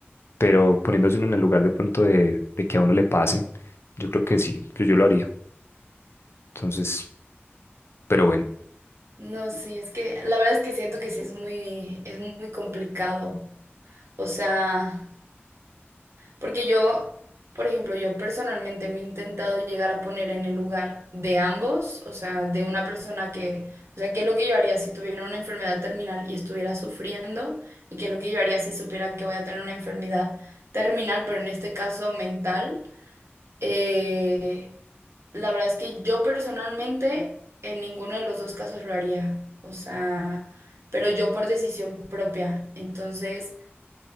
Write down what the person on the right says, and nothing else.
No, sí, es que la verdad es que siento que sí es muy, es muy complicado. O sea... Porque yo, por ejemplo, yo personalmente me he intentado llegar a poner en el lugar de ambos, o sea, de una persona que, o sea, qué es lo que yo haría si tuviera una enfermedad terminal y estuviera sufriendo, y qué es lo que yo haría si supiera que voy a tener una enfermedad terminal, pero en este caso mental. Eh, la verdad es que yo personalmente en ninguno de los dos casos lo haría, o sea, pero yo por decisión propia. Entonces